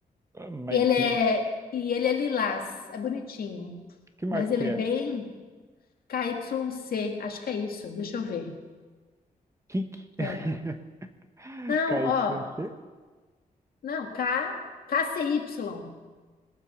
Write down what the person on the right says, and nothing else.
Ah, Mas
que,
que marca
que
é?
Kik?
<laughs>
KYC?
y. C?